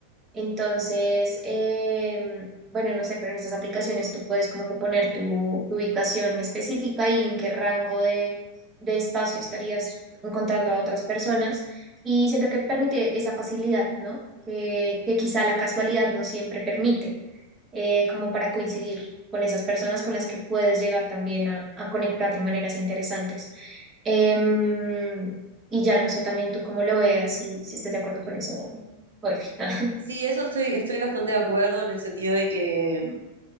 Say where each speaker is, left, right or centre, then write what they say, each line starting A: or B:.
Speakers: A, on the right; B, on the right.
A: Entonces, em, bueno, no sé, pero en estas aplicaciones tú puedes como que poner tu, tu ubicación específica y en qué rango de, de espacio estarías encontrando a otras personas. Y siento que permite esa facilidad, ¿no? Que, que quizá la casualidad no siempre permite, eh, como para coincidir con esas personas con las que puedes llegar también a, a conectar de maneras interesantes. Em, y ya no sé también tú cómo lo veas, si, si estés de acuerdo con eso. Oye. <laughs>
B: Sí, eso estoy, estoy bastante de acuerdo en el sentido de que